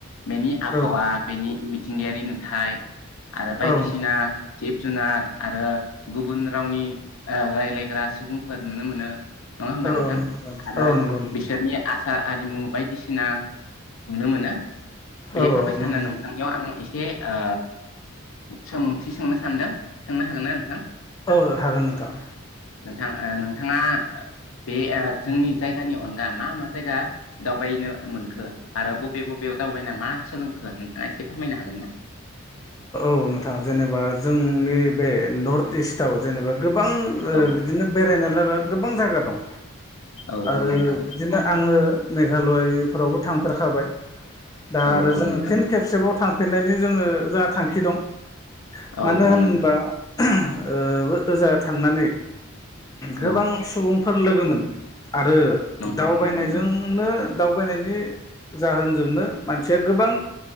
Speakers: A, on the left; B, on the left.
A: बेनि आबहावा
B: औ
A: बेनि मिथिंगायारि नुथाय आरो बायदिसिना
B: औ नोंथां
A: जिब जुनार आरो गुबुन रावनि ओ रायज्लायग्रा सुबुंफोर नुनो मोनो नङा होमबा
B: औ
A: नोंथां
B: औ
A: आरो
B: औ नंगौ
A: बिसोरनि आसार आरिमु बायदि बायदिसिना नुनो मोनो बेफोरबायसानो
B: औ नुनो मोनो
A: नोंथांनियाव आं एसे ओ सोंथि सोंनो सानदों सोंनो हागोन ना नोंथां
B: औ हागोन नोंथां
A: नोंथाङा बे ओ जोंनि जायगानि अनगा मा मा जायगा दाव बेायनो मोनखो आरो बबे बबेयाव दावबायना मा सोलोंखो नोंथाङा एसे फोरमायनो हागोन ना <inaudible>
B: नोंथाङा जेनेबा जोंनि बे नर्थ इस्टआव जेनेबा गोबां ओ
A: औ
B: बिदिनो बेरायनो लागा गोबां जायगा दं
A: औ
B: आरो
A: औ नोंथां
B: बिदिनो आङो मेघालयफोरावबो थांफेरखाबाय दा
A: औ
B: आरो
A: औ
B: जोङो
A: नोंथां
B: फिन खेबसेबाव थांफिननायनि जोङो जोंहा थांखि दं
A: औ
B: मानो
A: औ
B: होनबा
A: नोंथां
B: ओ ओजा थांनानै
A: औ
B: गोबां सुबुंफोर लोगो मोनो आरो
A: नंगौ
B: दावबायनायजोंनो
A: नंगौ नंगौ
B: दावबायनायनि जाहोनजोंनो मानसिया गोबां